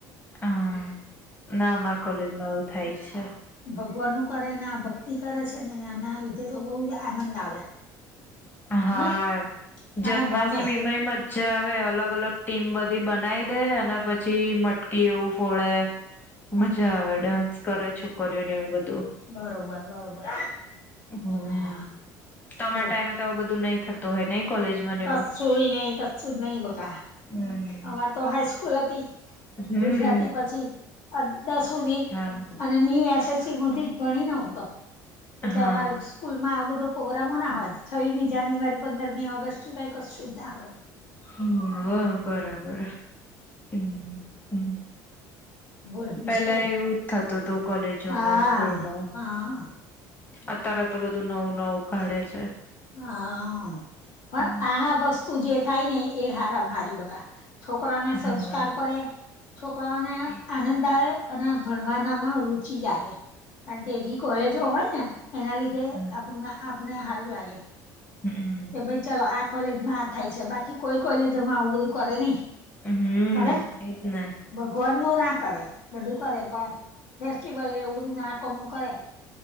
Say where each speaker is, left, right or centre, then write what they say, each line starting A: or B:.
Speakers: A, on the left (about 20°); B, on the left (about 85°).
A: હા ના અમાર કોલેજમાં આવું થાય છે.
B: ભગવાન નું કરે ને આ ભક્તિ કરે છે ને એના લીધે તો બહુ જ આનંદ આવે. <unintelligible>
A: હા
B: નઈ અને
A: જન્માષ્ટમીમાંય
B: ગમે
A: એમજ અચ્છા હવે અલગ અલગ ટીમ બધી બનાવી દે અને પછી મટકી એવું ફોડે.
B: હ <unintelligible>
A: મજા આવે ડાન્સ કરે છોકરીઓને એવું બધું.
B: બરોબર બરોબર
A: હમ
B: હા
A: તમારા
B: બોલ
A: ટાઈમે તો બધું નહી થતું હોય ને. કોલેજમાં ને
B: કસુંય
A: એવું
B: નહી કસું નહી બકા
A: હમ
B: વાત તો હાઈસ્કૂલ હતી
A: હમ
B: ગુજરાતી પછી દસ સુધી.
A: હા
B: અને ની એસએસસી મો જ ભણી ન હું તો એટલે
A: હા
B: અમારે સ્કૂલ માં આવ બધો પ્રોગ્રામો ના હોય છ્મી જાન્યુઆરી પંદરમી ઓગસ્ટ સિવાય કશું ના હોય.
A: હા હા બરાબર હમ હમ
B: બોલ બીજું
A: પેલા
B: કઈ
A: એવું જ થતું હતું કોલેજોમાં
B: હા
A: સ્કૂલમાં
B: હા
A: અત્યારે તો બધું નવું નવું કાઢે છે.
B: હા પણ
A: હમ
B: આ વસ્તુ જે થાય ને એ હારમ હારી બકા છોકરાને
A: હા
B: સંસ્કાર પડે છોકરાને
A: એજને
B: આનંદ આવે. અને ભણવાનામાં રુચિ લાગે. કારણ કે એવી કોલેજો હોય ને એના લીધે
A: હા
B: આપણું આપને સારું લાગે.
A: હમ.
B: કે ભાઈ ચાલો આ કોલેજમાં આ થાય છે બાકી કોઈ કોલેજમાં આવું બધું કરે નહી.
A: હમ
B: કરે
A: એજને
B: ભગવાનનુ ના કરે બધું કરે પણ ફેસ્ટિવલ ને એવું બધું ના કોમનું કરે